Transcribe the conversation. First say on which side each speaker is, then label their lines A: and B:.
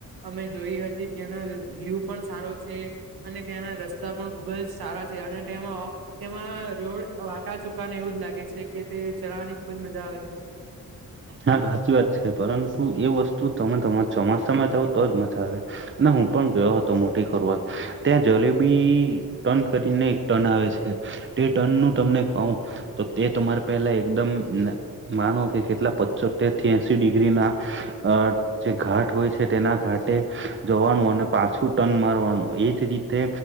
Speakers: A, on the right; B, on the right.
A: અમે જોઈ હતી ત્યાંના વ્યુ પણ સારો છે. અને ત્યાંના રસ્તા પણ ખુબ જ સારા છે અને તેમાં તેમાં રોડ વાકા ચુકાને એવું જ લાગે છે કે તે ચલાવાની ખુબજ મજા આવે છે.
B: હા સાચી વાત છે પરંતુ એ વસ્તુ તમે તમારા ચોમાસામાં જાવ તો જ મજા આવે. અને હું પણ ગયો હતો મોટી ખોરવલ ત્યાં જલેબી ટર્ન કરીને એક ટર્ન આવે છે તે ટર્ન નું તમને કઉ તો તે તમારે પહેલા એકદમ માનો કે કેટલા પ સોતેર ત્યાંશી ડિગ્રી ના અ જે ઘાટ હોય છે તેના ઘાટે જવાનું અને પાછું ટર્ન મારવાનું એજ રી તે